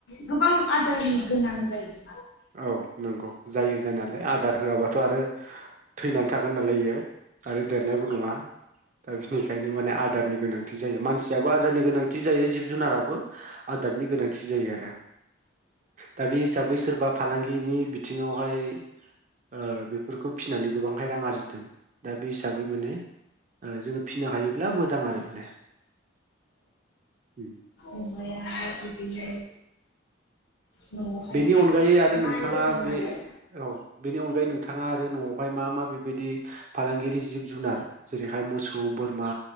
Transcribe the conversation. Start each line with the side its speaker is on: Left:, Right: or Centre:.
Left: गोबां आदारनि गोनां जायो
Right: औ नंगौ जायो जायानायालाय आदार होआबाथ' आरो थैना थागोन नालाय इयो। आरो देरनायबो नङा दा बिनिखायनो माने आदारनि गोनांथि जायो मानसियाबो आदारनि गोनांथि जायो जिब जुनाराबो आदारनि गोनांथि जायो आरो दा बे हिसाबै सोरबाब गिनि बिथिङावहाय। ओ बेफोरखौ फिसिनानै गोबांहाय रां आरजिदों दा बि हिसाबै माने ओ जोङो फिसिनो हायोब्ला मोजां आरो माने उम
Left: अमाया बिदिनो न'आवहाय
Right: बेनि
Left: एसे
Right: अनगायै आरो
Left: माइ
Right: नोंथाङा
Left: दङ नालाय
Right: बे औ बेनि अनगायै नोंथाङा आरो न'आवहाय मा मा बेबायदि फालांगिरि जिब जुनार जेरैहाय मोसौ बोरमा